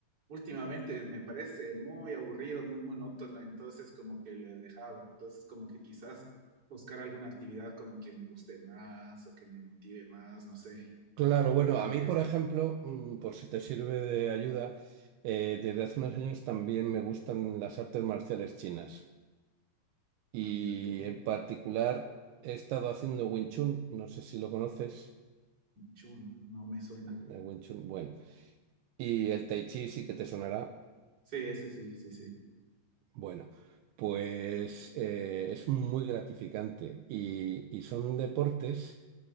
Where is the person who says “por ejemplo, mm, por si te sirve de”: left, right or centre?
Right